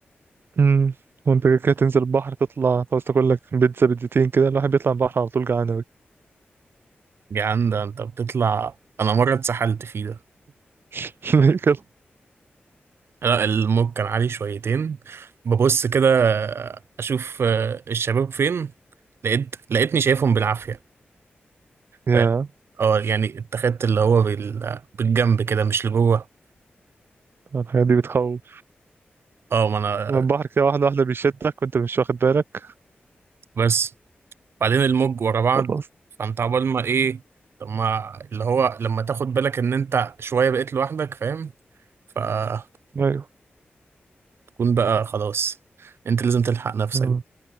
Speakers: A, on the right; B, on the right.
A: امم وانت كده كده تنزل البحر تطلع عاوز تاكل لك بيتزا بيتزتين كده الواحد بيطلع البحر على طول جعان أوي.
B: يعني ده انت بتطلع انا مره اتسحلت فيه ده
A: <laughs> ليه كده
B: لا الموج كان عالي شويتين ببص كده اشوف آه، الشباب فين لقيت لقيتني شايفهم بالعافية
A: يا
B: فاهم اه يعني اتخذت اللي هو بال... بالجنب كده مش لجوه
A: الحاجات دي بتخوف
B: اه ما انا
A: البحر كده واحدة واحدة بيشدك وانت مش واخد بالك
B: بس بعدين الموج ورا بعض
A: خلاص
B: فانت عبال ما ايه طب ما اللي هو لما تاخد بالك ان انت شوية بقيت لوحدك فاهم فتكون
A: ايوه
B: بقى خلاص انت لازم تلحق نفسك
A: آه.